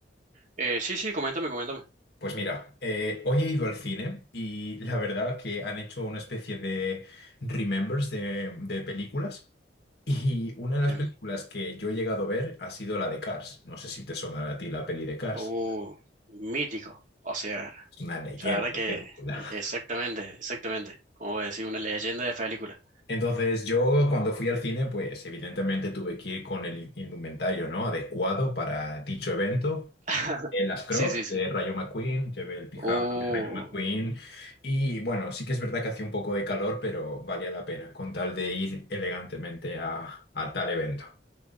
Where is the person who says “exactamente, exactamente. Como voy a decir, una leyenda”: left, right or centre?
Right